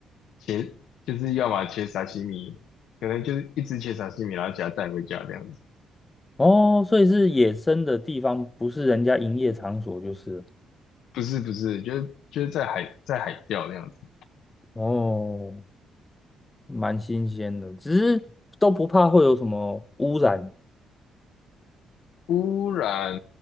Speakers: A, on the left; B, on the left.
A: 切就是要把切沙西米，可能就是一只切沙西米，然后给它带回家这样子。
B: 哦，所以是野生的地方，不是人家营业场所就是了。
A: 不是不是，就是就是在海在海钓这样子。
B: 哦，蛮新鲜的，只是都不怕会有什么污染。
A: 污染